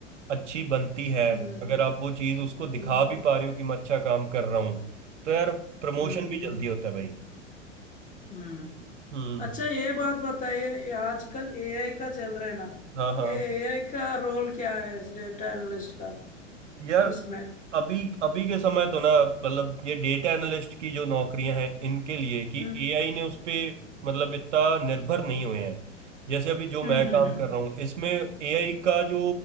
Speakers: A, on the right; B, on the left.
A: अच्छी बनती है
B: हम्म
A: अगर आप वो चीज़ उसको दिखा
B: हम्म
A: भी पा रहे हो कि मैं अच्छा काम कर रहा हूँ तो यार प्रमोशन
B: हम्म
A: भी
B: हम्म
A: जल्दी होता है भाई
B: हम्म।
A: हम्म
B: अच्छा ये बात बताइए ये आजकल एआई का चल रहा है ना
A: हाँ हाँ
B: ये एआई का रोल क्या है इस डेटा एनालिस्ट का
A: यार
B: इसमें
A: अभी अभी के समय तो ना मतलब ये डेटा एनालिस्ट की जो नौकरियां हैं इनके लिए कि
B: हम्म
A: एआई ने उस पे मतलब इतना निर्भर नहीं हुए हैं जैसे अभी जो
B: हम्म
A: मैं
B: हम्म
A: काम
B: हम्म
A: कर रहा हूँ इसमें एआई का जो